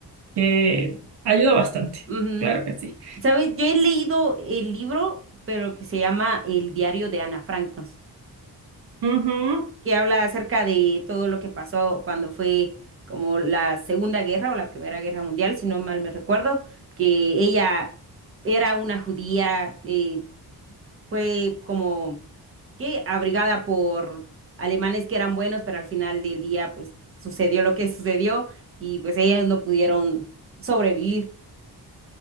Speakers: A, on the right (about 75°); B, on the right (about 35°).
A: que ayuda bastante,
B: <laughs> Ujú.
A: claro que sí.
B: ¿Sabes? Yo he leído el libro, pero que se llama El diario de Ana Frank, no sé,
A: Ujú,
B: que habla acerca de todo lo que pasó cuando fue como la Segunda Guerra o la Primera Guerra Mundial, si no mal me recuerdo, que ella era una judía, eh, fue como que abrigada por alemanes que eran buenos, pero al final del día pues sucedió lo que sucedió y pues ellos no pudieron sobrevivir.